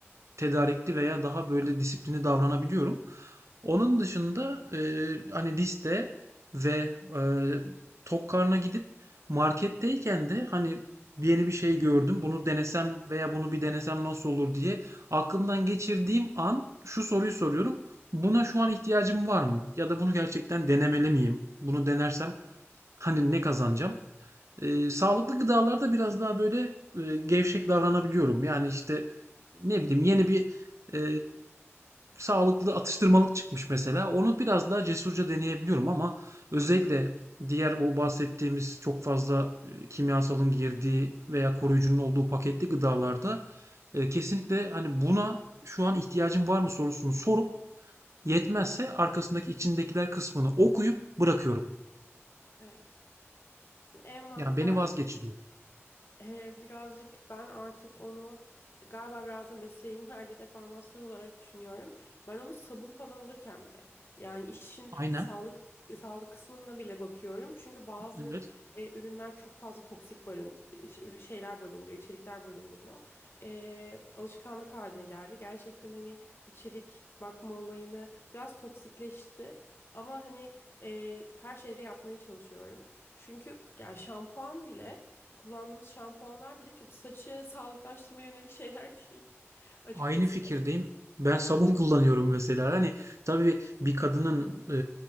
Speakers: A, on the right; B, on the left.
A: tedarikli veya daha böyle disiplini davranabiliyorum. Onun dışında e, hani liste ve e, tok karnına gidip marketteyken de hani yeni bir şey gördüm. Bunu denesem veya bunu bir denesem nasıl olur diye aklımdan geçirdiğim an şu soruyu soruyorum. Buna şu an ihtiyacım var mı? Ya da bunu gerçekten denemeli miyim? Bunu denersem hani ne kazanacağım? Ee, sağlıklı gıdalarda biraz daha böyle e, gevşek davranabiliyorum. Yani işte ne bileyim yeni bir e, sağlıklı atıştırmalık çıkmış mesela. Onu biraz daha cesurca deneyebiliyorum ama özellikle diğer bu bahsettiğimiz çok fazla e, kimyasalın girdiği veya koruyucunun olduğu paketli gıdalarda e, kesinlikle hani buna şu an ihtiyacım var mı sorusunu sorup yetmezse arkasındaki içindekiler kısmını okuyup bırakıyorum.
B: Evet. En,
A: Yani beni
B: ben
A: vazgeçiriyor.
B: Ee, birazcık ben artık onu galiba biraz da mesleğin <laughs> verdiği deformasyon olarak düşünüyorum. Ben onu sabun falan alırken bile yani işin
A: Aynen.
B: sağlık sağlık kısmına bile bakıyorum. Çünkü bazı
A: Evet.
B: e, ürünler çok fazla toksik barın ürü- şeyler barındırıyor, içerikler barındırıyor. Ee, alışkanlık haline geldi. Gerçekten hani içerik bakma olayını biraz toksikleşti. Ama hani e, her şeyde yapmaya çalışıyorum. Çünkü yani şampuan bile Kullandığımız şampuanlar bile çok saçı sağlıklaştırmaya yönelik şeyler değil <laughs> açıkçası.
A: Aynı fikirdeyim. Ben sabun <laughs> kullanıyorum mesela. Hani tabii bir kadının e,